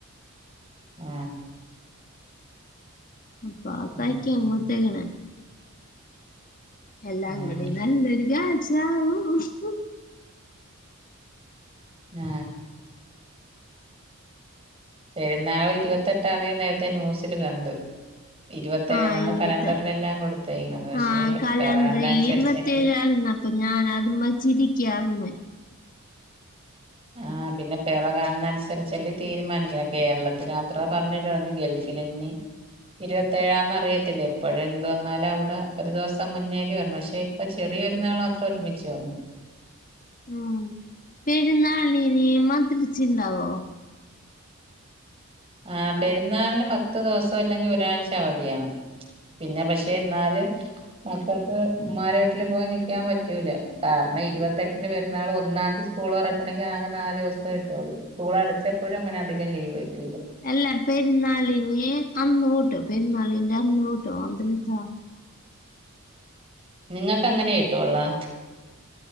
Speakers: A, on the right; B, on the left.
A: ആ
B: അപ്പ
A: ഉം
B: തയ്ക്കാൻകൊടുത്തക്കണെ എല്ലാം
A: ഉം
B: അങ്ങടിങ്ങട് <unintelligible> <unintelligible>
A: ആ അ പെരുന്നാള് ഇരുപത്തെട്ടാം തീയതിയാ നേരത്തെ ന്യൂസില് കണ്ട് ഇരുപത്തേഴെന്നാണ്
B: ആഹ ഇരുപത്തി
A: കലണ്ടറിലെല്ലാം കൊടുത്തേക്കണത് പക്ഷേ
B: ആഹ കലണ്ടൽ
A: പെറ കണ്ട അനുസരിച്ചല്ലേ
B: ഇരുപത്തേഴ ആരുന്ന് അപ്പൊ ഞാൻ അത് വച്ചിരിക്ക ക്യാർന്ന്
A: ആ പിന്നെ പിറ കാണുന്ന അനുസരിച്ചല്ല തീരുമാനിക്കണെ കേരളത്തില് അത്ര പറഞ്ഞിട്ട പറഞ്ഞു ഗൾഫിലിനി ഇരുപത്തേഴാന്ന് അറിയത്തില്ല ഇപ്പോഴ എന്ത് വന്നാലും അവിടെ ഒരു ദിവസം മുന്നല്ലേ വരുന്നേ പക്ഷെ ഇപ്പ ചെറിയരുന്നാൾ മാത്ര ഒരുമിച്ചു വന്നു
B: ഉ പെരുന്നാളിന് തിരിച്ചണ്ടാവോ
A: ആ പെരുന്നാളിന് പത്ത് ദിവസം അല്ലെങ്കിൽ ഒരാഴ്ച അവധിയാണ് പിന്നെ പക്ഷെ എന്നല് മക്കൾക്ക് ഉമ്മാരു വീട്ടില് പോയി നിക്കക്കാൻ പറ്റൂല കാരണം ഇരുപത്തെട്ടിന്റെ പെരുന്നാൾ ഒന്നാം തീയതി സ്കൂൾ ഉറക്കണെങ്കിൽ ആകെ നാല് ദിവസം കിട്ടുള്ളൂ സ്കൂൾ അടിച്ചപ്പോഴും അങ്ങനെ അധികം ലീവ് കിട്ടിയില്ല
B: എല്ലാം പെരുന്നാളിന് അന്ന്തൊട്ട് പെരുന്നാളിന്റെ അന്നു തൊട്ട് <unintelligible>
A: നിങ്ങക്ക് അങ്ങനെ കിട്ടുവൊള്ളോ